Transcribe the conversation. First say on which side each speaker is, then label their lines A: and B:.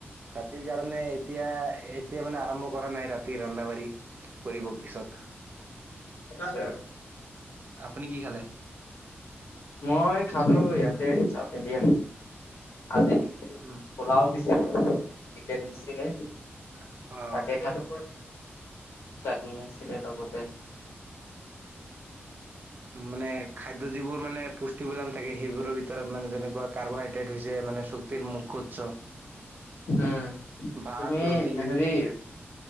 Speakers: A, on the right (about 45°); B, on the left (about 75°).
A: ৰাতি কাৰণে এতিয়া এতিয়া মানে আৰম্ভ কৰা নাই ৰাতি আন্ধাবাৰ কৰিব পিছত
B: আচ্ছা
A: আপুনি কি খালে
B: মই খালো ইয়াতে চাউথ ইণ্ডিয়া আজি
A: উম,
B: পোলাও দি চিকেন দিছিলে
A: অহ ‌
B: তাকে খালো চাটনি আছিলে লগতে
A: মানে খাদ্য যিবোৰ মানে পুষ্টি প্ৰদান থাকে সেইবোৰৰ ভিতৰত মানে যেনেকুৱা কাৰ্বহাইড্ৰেট হৈছে মানে চব গোটেই মুখ্যৎ
B: উম
A: ভাত
B: তুমি
A: ৰুটি
B: হেৰি